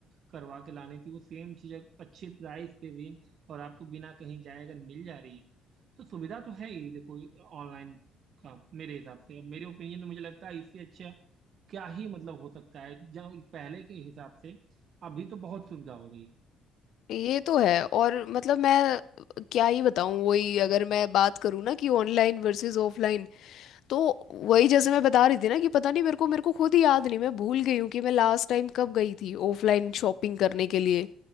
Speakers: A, on the right; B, on the left.
A: करवा के लानी थी वो सेम चीज अच्छे प्राइस पे भी और आपको बिना कहीं जाए अगर मिल जा रही है तो सुविधा तो है ही देखो ऑनलाइन का मेरे हिसाब से अब मेरे ओपिनियन में मुझे लगता है इससे अच्छा क्या ही मतलब हो सकता है जहाँ पहले के हिसाब से अभी तो बहुत सुविधा हो गई है
B: ये तो है और मतलब मैं क्या ही बताऊं वही अगर मैं बात करूं ना कि ऑनलाइन वर्सेस ऑफलाइन तो वही जैसे मैं बता रही थी ना कि पता नहीं मेरे को मेरे को खुद ही याद नहीं मैं भूल गई हूँ कि मैं लास्ट टाइम कब गई थी ऑफलाइन शॉपिंग करने के लिए